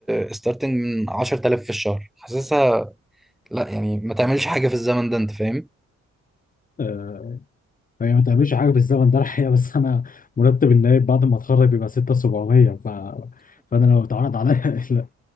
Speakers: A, in the centre; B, on the left.
A: بستارتنج من 10000 في الشهر حاسسها لا يعني ما تعملش حاجه في الزمن ده انت فاهم
B: آه هي ما تعملش حاجه في الزمن ده الحقيقه بس انا مرتب النايب بعد ما اتخرج بيبقى 6700 ف فانا لو اتعرض عليا <laughs> لا،